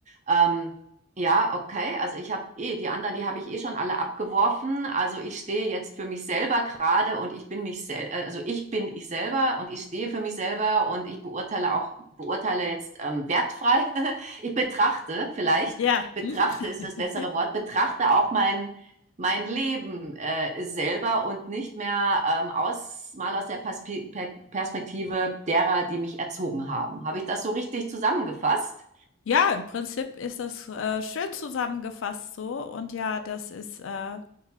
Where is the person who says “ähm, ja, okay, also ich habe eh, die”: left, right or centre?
Right